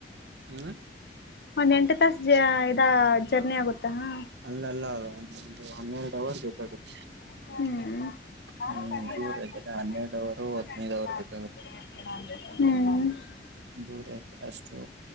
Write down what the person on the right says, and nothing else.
ಹ್ಮ
ಅಲ್ಲ ಅಲ್ಲ ಒ ಒಂದು ಹನ್ನೆರಡು ಅವರ್ ಬೇಕಾಗುತ್ತೆ
ಹ್ಮ್ ದೂರ
ಇದೆಲ್ಲ ಹನ್ನೆರಡು ಅವರು ಹದ್ನೈದು ಅವರ್ ಬೇಕಾಗುತ್ತೆ
ದೂರ ಐತೆ ಅಷ್ಟು